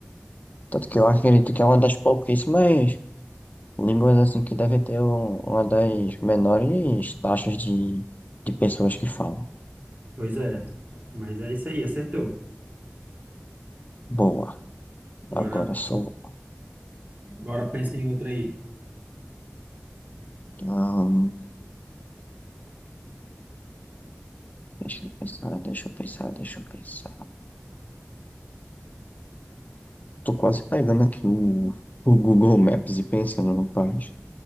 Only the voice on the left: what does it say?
Tanto que eu
acredito
que é uma das pouquíssimas línguas assim que devem ter um- uma das menores taxas de, de pessoas que falam.
Boa.
Agora sou.
ahn, deixa eu pensar, deixa eu pensar, deixa eu pensar. Tô quase pegando aqui o, o Google Maps e pensando no país.